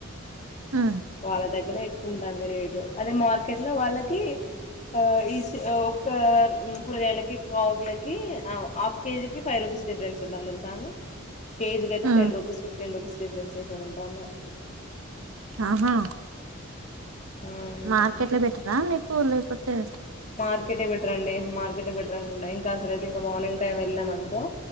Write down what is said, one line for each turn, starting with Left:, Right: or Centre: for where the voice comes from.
Right: ఉ
Left: వాళ్ళ దగ్గర ఎ ఉంటాంది రేటు అదే మార్కెట్లో వాళ్ళకి ఆ ఈ ఒక్క కూరగాయలకి పావ్ కిలకి ఆ హాఫ్ కేజికి ఫైవ్ రూపీస్ డిఫరెన్స్ ఉంటాంది తెలుసా అండి ఏజ్ కైతే
Right: ఉ
Left: ten rupees fifteen rupees differentiation ఉంటది <inaudible>
Right: ఆహా
Left: మ్మ్
Right: మార్కెట్ లో పెట్టరా నీకు లేకపోతే
Left: మార్కెటే బెటరండి మార్కెటే బెటరండి నైట్ ఇంకా అసలు అయితే ఇంకా మార్నింగ్ టైం అనుకో